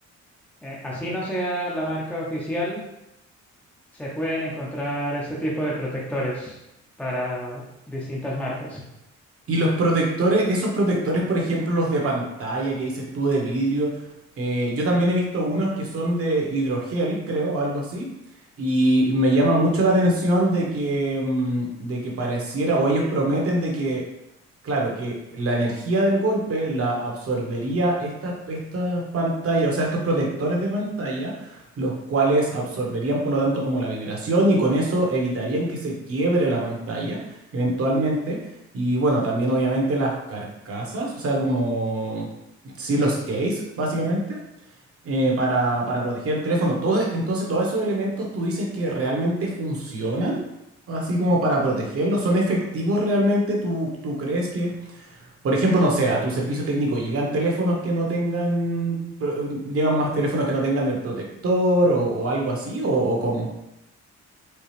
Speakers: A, in the centre; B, on the right.
A: eh, así no sea la marca oficial, se pueden encontrar este tipo de protectores para distintas marcas.
B: Y los protectores, esos protectores, por ejemplo, los de pantalla que dices tú de vidrio, eh, yo también he visto unos que son de hidrogel, creo, algo así. Y me llama mucho la atención de que, mm, de que pareciera, o ellos prometen de que, claro, que la energía del golpe la absorbería estas, estas pantallas, o sea, estos protectores de pantalla, los cuales absorberían, por lo tanto, como la vibración y con eso evitarían que se quiebre la pantalla eventualmente. Y bueno, también obviamente las carcasas, o sea, como sí, los case, básicamente, eh, para, para proteger el teléfono. Todo, entonces, todos esos elementos tú dices que realmente funcionan, así como para protegerlos, ¿son efectivos realmente? ¿Tú, tú crees que, por ejemplo, no sé, a tu servicio técnico llegan teléfonos que no tengan, pro- llegan más teléfonos que no tengan el protector o, o algo así, o, o cómo?